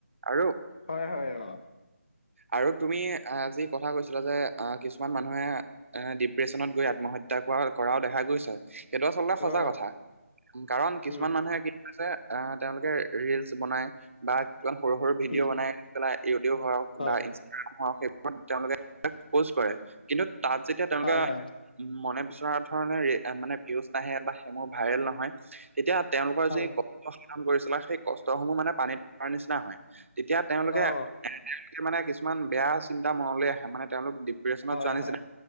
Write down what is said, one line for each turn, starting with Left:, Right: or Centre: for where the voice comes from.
Right: আৰু
Left: হয়- হয় অ
Right: আৰু তুমি আ যি কথা কৈছিলা যে অ', কিছুমান মানুহে, এ ডিপ্ৰেশচনত গৈ আত্মহত্যা কৰা কৰাও দেখা গৈছে। সেইটো আচলতে সছা
Left: অ
Right: কথা, কাৰণ কিছুমান
Left: উম
Right: মানুহে ছে আহ তেওঁলোকে ৰিলচ বনাই, বা কিছুমান সৰু সৰু ভিডিঅ'
Left: উম
Right: বনাই। পেলাই ইউটিউব হওক
Left: হয়
Right: বা ইনষ্টাগ্ৰাম হওক সেইবোৰ তেওঁলোকে পোষ্ট কৰে, কিন্তু তাত যেতিয়া তেওঁলোকে
Left: হয় হয়
Right: উম, মনে বিচৰা ধৰণে মানে ভিউজ নাহে বা সেই মোৰ ভাইৰেল নহয়। এতিয়া তেওঁলোকৰ
Left: হয়
Right: যি কষ্ট সাধন কৰিছিলা সেই কষ্টসমূহ মানে পানীত থকাৰ নিচিনা হয়। তেতিয়া তেওঁলোকে
Left: অ
Right: এ তেওঁলোকে মানে কিছুমান বেয়া চিন্তা মনলৈ আহে মানে তেওঁলোক দিপ <unintelligible>
Left: হয়
Right: যোৱা নিচিনা,
Left: হয়